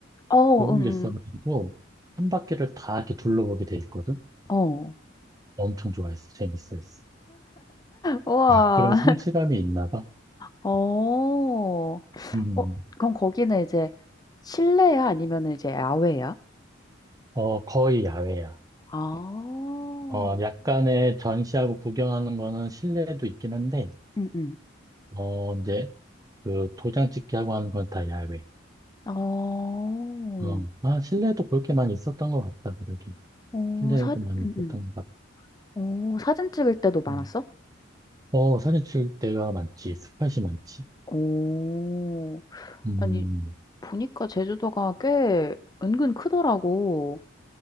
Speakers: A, on the left; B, on the right.
A: 어
B: 그런
A: 음음.
B: 게 있어가지고 한 바퀴를 다 이렇게 둘러보게 돼 있거든.
A: 어.
B: 엄청 좋아했어. 재밌어했어.
A: 우와.
B: <laughs> 그런 성취감이 있나 봐.
A: 어.
B: 음, 음.
A: 어 그럼 거기는 이제 실내야? 아니면은 이제 야외야?
B: 어, 거의 야외야.
A: 아.
B: 어, 약간의 전시하고 구경하는 거는 실내도 있긴 한데,
A: 음음.
B: 어, 이제 그 도장 찍기하고 하는 건 다 야외.
A: 어.
B: 어, 아, 실내도 볼 게 많이 있었던 것 같다, 그러게.
A: 어
B: 실내에도
A: 사
B: 많이
A: 음음.
B: 있었던 것 같다.
A: 어 사진 찍을 때도 많았어?
B: 음. 어, 사진 찍을 때가 많지, 스팟이 많지.
A: 오오
B: 음,
A: 아니 보니까 제주도가 꽤 은근 크더라고.